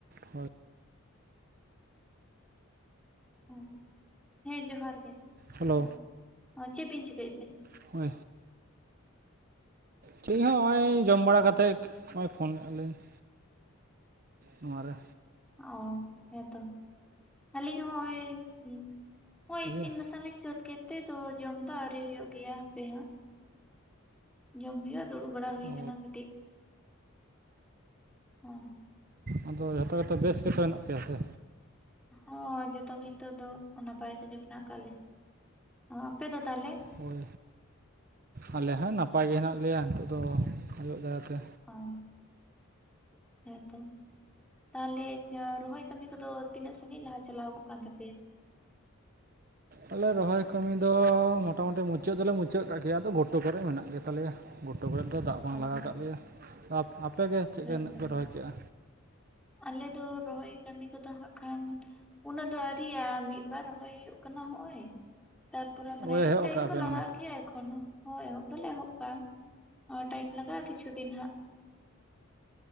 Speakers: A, on the right; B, in the centre.
A: ᱦᱳᱭ
B: ᱦᱩᱸ ᱦᱮᱸ ᱡᱚᱦᱟᱨ ᱜᱮ
A: ᱦᱮᱞᱳ
B: ᱚᱠᱟᱨᱮ <unintelligible> ᱪᱮᱫ ᱵᱤᱱ ᱪᱤᱠᱟᱹᱭᱮᱫ ᱛᱮ?
A: <unintelligible> ᱪᱮᱸ ᱦᱚᱸ ᱱᱚᱜᱼᱚᱭ ᱡᱚᱢ ᱵᱟᱲᱟ ᱠᱟᱛᱮ ᱱᱚᱜᱼᱚᱭ ᱯᱷᱳᱱ ᱞᱮᱟᱞᱤᱧ ᱾ ᱱᱚᱣᱟ ᱨᱮ
B: ᱚ ᱦᱮᱸ ᱛᱚ ᱟᱹᱞᱤᱧ ᱦᱚᱸᱜᱼᱚᱭ ᱦᱩᱸ ᱦᱳᱭ ᱤᱥᱤᱱ
A: ᱤᱭᱟᱹ
B: ᱵᱟᱥᱟᱝ ᱞᱤᱧ ᱥᱟᱹᱛ ᱠᱮᱫ ᱛᱮ ᱛᱚ ᱡᱚᱢ ᱫᱚ ᱟᱹᱣᱨᱤ ᱦᱩᱭᱩᱜ ᱜᱮᱭᱟ ᱦᱟᱯᱮ ᱦᱟᱸᱜ ᱾ ᱡᱚᱢ ᱦᱳᱭᱳᱼᱟ ᱫᱩᱲᱩᱵ ᱵᱟᱲᱟ ᱦᱳᱭ
A: ᱚ
B: ᱠᱟᱱᱟ ᱠᱟᱹᱴᱤᱡ ᱾ ᱦᱚᱸ
A: ᱟᱫᱚ ᱡᱷᱚᱛᱚ ᱜᱮᱛᱚ ᱵᱮᱥ ᱜᱮᱛᱚ ᱢᱮᱱᱟᱜ ᱯᱮᱭᱟ ᱥᱮ?
B: ᱦᱚᱸ ᱡᱚᱛᱚ ᱜᱮ ᱱᱤᱛᱚᱜ ᱫᱚ ᱱᱟᱯᱟᱭ ᱛᱮᱜᱮ ᱢᱮᱱᱟᱜ ᱠᱟᱜ ᱞᱮᱭᱟ, ᱟᱯᱮ ᱫᱚ ᱛᱟᱦᱚᱞᱮ?
A: ᱦᱳᱭ ᱟᱞᱮ ᱦᱚᱸ ᱱᱟᱯᱟᱭ ᱜᱮ ᱦᱮᱱᱟᱜ ᱞᱮᱭᱟ ᱱᱤᱛᱚᱜ ᱫᱚ ᱟᱹᱭᱩᱵ <inaudible>
B: ᱚᱸ, ᱦᱮᱸ ᱛᱚ ᱾ ᱛᱟᱦᱚᱞᱮ ᱨᱚᱦᱚᱭ ᱠᱟᱹᱢᱤ ᱠᱚᱫᱚ ᱛᱤᱱᱟᱹᱜ ᱥᱟᱹᱜᱤᱧ ᱞᱟᱦᱟ ᱪᱟᱞᱟᱣᱚᱜ ᱠᱟᱱ ᱛᱟᱯᱮᱭᱟ?
A: ᱟᱞᱮ ᱨᱚᱦᱚᱭ ᱠᱟᱹᱢᱤ ᱫᱚ ᱢᱚᱴᱟᱢᱩᱴᱤ ᱢᱩᱪᱟᱹᱫ ᱫᱚᱞᱮ ᱢᱩᱪᱟᱹᱫ ᱠᱟᱜ ᱜᱮᱭᱟ ᱟᱫᱚ ᱜᱷᱩᱴᱩ ᱠᱚᱨᱮ ᱢᱮᱱᱟᱜ ᱜᱮ ᱛᱟᱞᱮᱭᱟ᱾ ᱜᱩᱴᱩ ᱠᱚᱨᱮᱫ ᱫᱚ ᱫᱟᱜ ᱵᱟᱝ
B: ᱚ
A: ᱞᱟᱜᱟᱣ ᱠᱟᱜ ᱞᱮᱭᱟ ᱟᱯᱮᱜᱮ ᱪᱮᱫ
B: ᱦᱮᱸᱛᱚ
A: ᱠᱚᱨᱮᱱᱟᱜ ᱯᱮ ᱨᱚᱦᱚᱭ ᱠᱮᱜᱼᱟ?
B: ᱟᱞᱮ ᱫᱚ ᱨᱚᱦᱚᱭ ᱠᱟᱹᱢᱤ ᱠᱚᱫᱚ ᱦᱟᱸᱜ ᱠᱷᱟᱱ ᱩᱱᱟᱹᱜ ᱫᱚ ᱟ. ᱣᱨᱤᱭᱟᱜᱼᱟ ᱢᱤᱫ ᱵᱟᱨ ᱨᱚᱦᱚᱭ ᱦᱩᱭᱩᱜ ᱠᱟᱱᱟ ᱦᱚᱸᱚᱭ ᱾ ᱛᱟᱨᱯᱚᱨᱮ ᱢᱟᱱᱮ
A: ᱳᱭ ᱮᱦᱚᱵ
B: ᱴᱟᱭᱤᱢ
A: ᱠᱟᱜᱼᱟ
B: ᱫᱚ
A: ᱯᱮ
B: ᱞᱟᱜᱟᱜ
A: ᱢᱟᱱᱮ
B: ᱜᱮᱭᱟ ᱮᱠᱷᱚᱱ ᱦᱚᱸ ᱾ ᱦᱳᱭ ᱮᱦᱚᱵ ᱫᱚᱞᱮ ᱮᱦᱚᱵ ᱠᱟᱜᱼᱟ ᱴᱟᱭᱤᱢ ᱞᱟᱜᱟᱜᱼᱟ ᱠᱤᱪᱷᱩ ᱫᱤᱱ ᱦᱟᱸᱜ᱾